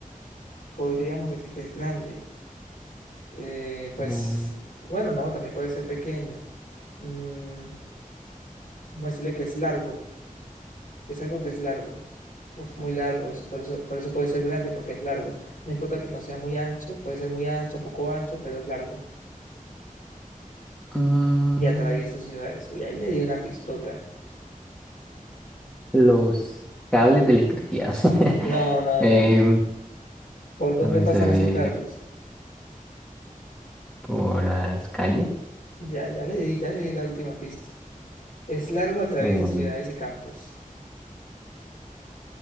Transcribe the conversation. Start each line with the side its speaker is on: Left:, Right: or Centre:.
Left: podríamos decir que es grande. Eh, pues,
Centre: la-
Left: bueno, no, también puede ser pequeño. Mm, vamos a decirle que es largo. Es algo que es largo. Uf, muy largo, eso, por eso, por eso puede ser grande, porque es largo. No importa que no sea muy ancho, puede ser muy ancho, poco ancho, pero es largo.
Centre: Ah,
Left: Y atraviesa ciudades. Uy, ahí le di una pistota.
Centre: los cables de electricidad. <laughs>
Left: No, no,
Centre: Em,
Left: no. ¿Por dónde
Centre: vamos
Left: pasan
Centre: a
Left: esos
Centre: ver
Left: cables?
Centre: por las calles.
Left: Ya, ya le di, ya le di la última pista. Es largo, atraviesa
Centre: em,
Left: ciudades y campos.